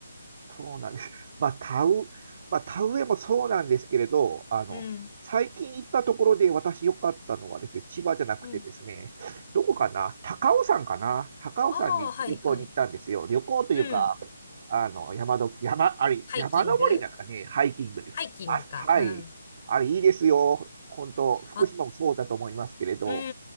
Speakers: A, on the right; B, on the left.
A: そうなんです。まあ、田植、まあ、田植えもそうなんですけれど、あの、
B: うん、
A: 最近行ったところで私良かったのはですね、千葉じゃなくてですね、
B: うん。
A: どこかな高尾山かな高尾山に旅行に行ったんですよ。
B: ああ、はい、はい。
A: 旅行というか、
B: うん。
A: あの、山の、山、あれ、
B: ハイキング
A: 山登りなんですかね、ハイキングです。
B: ハイキングか。
A: あ、はい。
B: うん。
A: あれ、いいですよ。本当、福島もそうだと思いますけれど、
B: あ、う